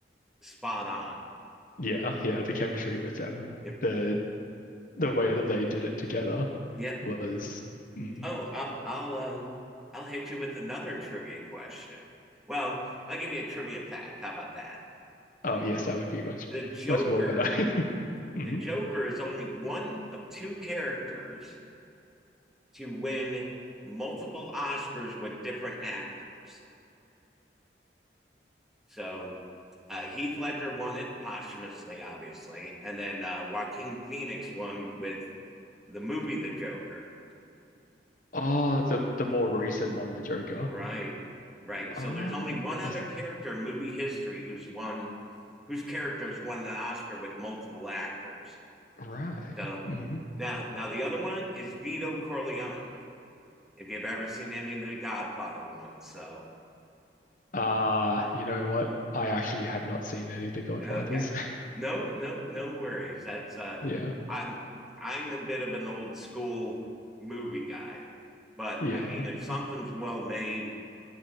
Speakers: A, in the centre; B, on the left.
A: spot on.
B: Yeah. Yeah. The chemistry with them,
A: Yep.
B: the the way that they did it together
A: Yep.
B: was. Mm.
A: Oh, I'll I'll uh, I'll hit you with another trivia question. Well, I'll give you a trivia fact. How about that?
B: Oh yes, that would be much
A: The Joker,
B: much more better. <laughs> hmm
A: the Joker is only one of two characters to win multiple Oscars with different actors. So uh, Heath Ledger won it posthumously, obviously, and then uh, Joaquin Phoenix won with the movie The Joker.
B: Oh, the the more recent one, the Joker.
A: Right, right. So
B: Oh,
A: there's only one other
B: I see.
A: character in movie history who's won whose characters won an Oscar with multiple actors.
B: Right.
A: So
B: hmm
A: now, now the other one is Vito Corleone. If you've ever seen any of the Godfather ones, so
B: Uh, you know what? I actually have not seen any of the Godfathers.
A: okay,
B: <laughs>
A: no, no, no worries. That's uh,
B: Yeah.
A: I'm I'm a bit of an old school movie guy, but
B: Yeah.
A: I mean, if something's
B: Yeah.
A: well made,